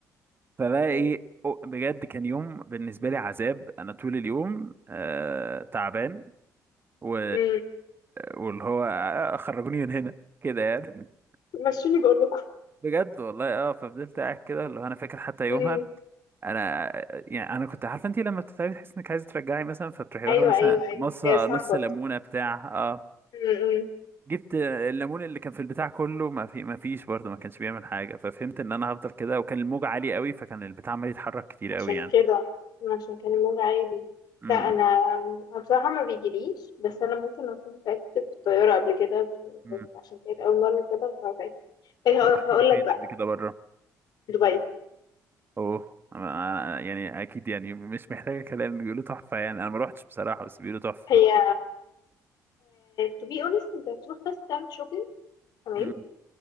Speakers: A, on the right; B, on the left.
A: فبقى ايه
B: مم.
A: أو- بجد كان يوم بالنسبه لي عذاب انا طول اليوم آه تعبان و...
B: مم.
A: واللي هو آه، خرجوني من هنا كده يعني
B: مشوني بقول لكم
A: بجد والله اه ففضلت قاعد كده اللي هو انا فاكر حتى يومها
B: مم.
A: انا يعني انا كنت عارفه انت لما بتتعبي تحس انك عايزه ترجعي مثلا فبتروحي واخده
B: ايوه
A: مثلا
B: ايوه ايوه
A: نص
B: هي
A: نص
B: صعبه
A: ليمونه بتاع اه
B: مم.
A: جبت الليمون اللي كان في البتاع كله ما في ما فيش برضه ما كانش بيعمل حاجه ففهمت ان انا هفضل كده وكان الموج عالي قوي فكان البتاع عمال يتحرك كتير قوي
B: عشان
A: يعني
B: كده عشان كان الموج عالي
A: امم
B: لا انا أنا بصراحه ما بيجيليش بس انا ممكن اكون تعبت في الطياره قبل كده
A: امم.
B: بس عشان كانت اول مره كده فتعبت طيب هقول
A: رحت
B: هقول
A: فين
B: لك بقى
A: قبل كده بره
B: دبي
A: اوه أنا- أنا- يعني اكيد يعني مش محتاجه كلام بيقولوا تحفه يعني انا ما روحتش بصراحه بس بيقولوا تحفه
B: هي تو بي اونست انت هتروح بس تعمل شوبينج تمام
A: امم